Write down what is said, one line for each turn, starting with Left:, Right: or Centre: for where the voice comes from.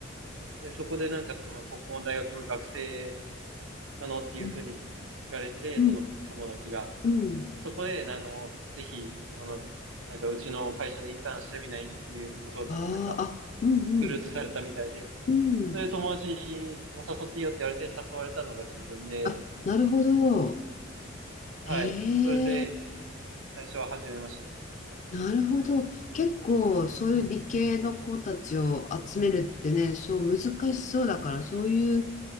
Right: で、そこでなんかその、ここの大学の学生なのっていうふうに聞かれて、
Left: うん。うん。
Right: その友達が。
Left: うん。
Right: で、そこで、あの、ぜひ、あの、なんかうちの会社でインターンしてみないっていうことをな、
Left: ああ、
Right: なんか、
Left: あ、うんうん。
Right: リクルートされたみたいで、
Left: うん。
Right: そういう友達も誘っていいよって言われて誘われたのが自分で、
Left: あ、なるほど。
Right: はい。
Left: へえ、
Right: それで、最初は始めましたね。
Left: なるほど。結構、そういう理系の子たちを集めるってね、そう難しそうだから、そういう